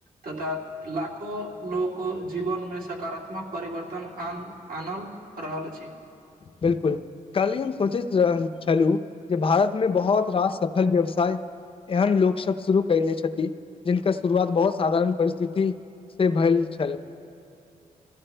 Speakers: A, on the right (about 75°); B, on the left (about 35°).
A: तथा लाखो लोक जीवन मे सकारात्मक परिवर्तनन आनल रहल छी
B: बिल्कुल कल्हि हम सोचैत रहल छलहुँ जे भारत मे बहौत रास सफल व्यवसाय एहन लोक सब शुरू कैने छथि जिनका शुरुआत बहुत साधारण परिस्थिति से भैल छल